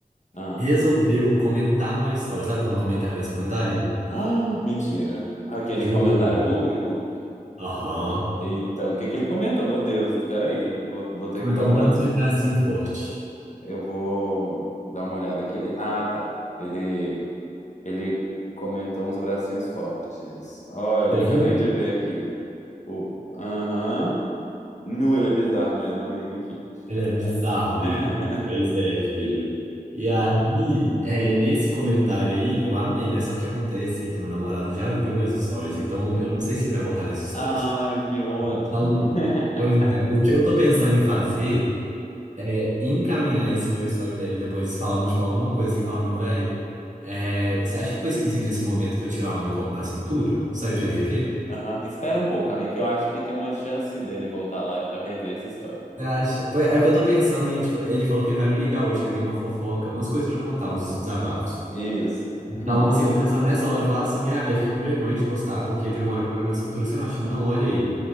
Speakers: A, on the left (about 50°); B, on the right (about 55°).
A: Ah.
B: resolveu
A: <gasps>
B: comentar no meu story. Sabe quando comenta e aparece comentário?
A: Ah, mentira. Aquele
B: Juro.
A: comentário público?
B: Aham.
A: Eita, o que que ele comentou? Meu Deus, peraí, vou, vou ter
B: Comentar
A: que dar uma
B: um tanto
A: olhada.
B: de bracinho forte.
A: Eu vou dar uma olhada aqui. Ah, tá. Ele, ele comentou uns bracinhos fortes. Olha,
B: Você
A: acabei
B: viu?
A: de ver aqui. O, aham. Nu, ele é bizarro mesmo, amigo, enfim.
B: Ele é bizarro,
A: <laughs>
B: né? Pois é, filho. E aí, é, nesse comentário aí, eu amei, né? Só que acontece é que meu namorado já viu meus stories, então eu não sei se ele vai voltar nesses stories.
A: Ai, que ódio.
B: Então,
A: <laughs>
B: pois é, o que eu tô pensando em fazer é encaminhar esse meu story pra ele depois, falando, tipo, alguma coisa assim, falando, véi, é, você acha que ficou esquisito esse momento que eu tiro a mão e coloco na cintura? Sai pra ele rever?
A: Aham, Espera um pouco, amigo, que eu acho que tem uma chance dele voltar lá pra rever essa história.
B: Você acha? Pô, É o que eu tô pensando em, tipo, ele falou que ele vai me ligar hoje, que ele tem uma fofoca, umas coisas pra contar, uns desabafos.
A: Isso.
B: Então,
A: <clears throat>
B: assim, eu tô pensando nessa hora, eu falar assim, ah, velho, fiquei com vergonha de postar, porque teve uma hora que eu pego na cintura, você não acha? Não, olha aí.